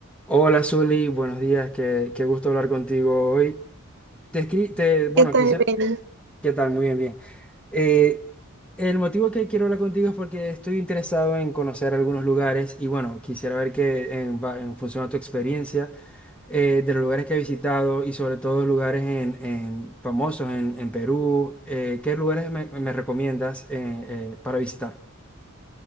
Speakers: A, in the centre; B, on the right.
A: Hola Zuli, buenos días, qué, qué gusto hablar contigo hoy. Te escri- te, bueno,
B: ¿Qué tal,
A: quisiera,
B: Beni?
A: ¿qué tal? Muy bien, bien. Eh, el motivo que quiero hablar contigo es porque estoy interesado en conocer algunos lugares y bueno, quisiera ver que en, ba- en función a tu experiencia, eh, de los lugares que he visitado y sobre todo lugares en, en- famosos en, en Perú, eh, ¿qué lugares me, me recomiendas eh, eh, para visitar?